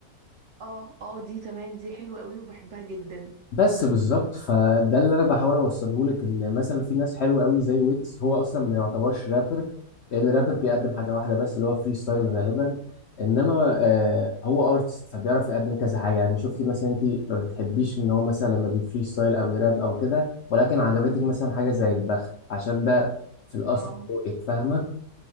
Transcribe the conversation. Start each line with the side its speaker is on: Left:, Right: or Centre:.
Right: آه آه دي تمام دي حلوة قوي وبحبها جدا
Left: بس بالظبط فده اللي انا بحاول اوصله لك ان مثلا في ناس حلوه قوي زي ويجز هو اصلا ما يعتبرش رابر لان رابر بيقدم حاجه واحده بس اللي هو فري ستايل غالبا انما آه هو ارتست فبيعرف يقدم كذا حاجه يعني شفتي مثلا انت ما بتحبيش ان هو مثلا لما بيفري ستايل او يراب او كده ولكن عجبتك مثلا حاجه زي البخت عشان ده في الاصل
Right: آه
Left: ذوقك فاهمه